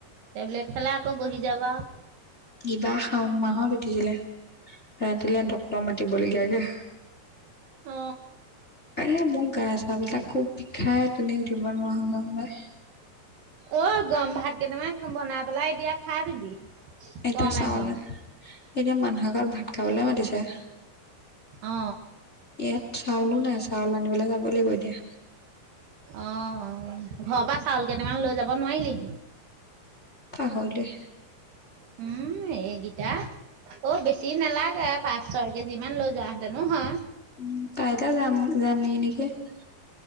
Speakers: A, on the right (about 75°); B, on the left (about 20°).
A: টেবলেট খালে আকৌ বহি যা ব
B: ইবাৰ শাওণ মাহত উঠিছিলে, ৰাতিলে ডক্টৰ মাতিবলগীয়াকে।
A: অ।
B: এ মোৰ গাই
A: তাকে।
B: চাহবিলাক খুব বিষাই তেনেকে উঠিব নোৱাৰা হৈ যাওঁ যে।
A: অ গৰম ভাত কেইটামান বনাই পেলাই এতিয়া খাই দিবি।
B: এতিয়া
A: গৰমে
B: <unintelligible>
A: গৰমে
B: এতিয়া মানুহৰ ঘৰত ভাত খাবলৈ মাতিছে। ইয়াত
A: অ
B: চাউলো নাই, চাউল আনিবলৈ যাব লাগিব এতিয়া।
A: আহ ঘৰৰ পৰা চাউল কেইটামান লৈ যাব নোৱাৰিলি।
B: আহক দে
A: উম এইকেইটা অ বেছি নালাগে পাঁচ -ছয় কেজিমান লৈ যোৱাহেঁতেনো হয়।
B: উ কাইতা যাম যামি নেকি <unintelligible>